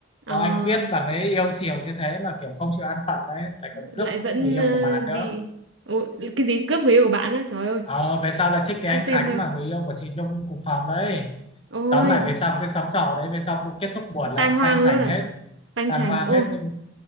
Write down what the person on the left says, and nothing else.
có anh Quyết bằng ấy yêu chiều như thế mà kiểu không chịu an phận đấy lại còn
cướp
người yêu
của bạn
nữa
ờ, về sau lại thích cái
anh
Khánh
mà người yêu của chị Nhung cùng phòng đấy
tóm lại về sau cái xóm trọ đấy về sau kết thúc buồn
lắm
banh chành
hết
tàn
hoang
hết nhưng